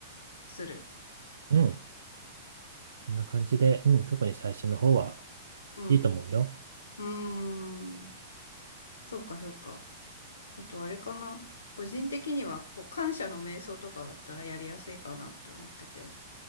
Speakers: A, on the left (about 75°); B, on the right (about 70°).
A: する。
B: うん。そんな感じで、うん、特に最初の方は
A: うん。
B: いいと思うよ。
A: うーん。そうかそうか。あとあれかな。個人的には、こう、感謝の瞑想とかだったらやりやすいかなと思ってて。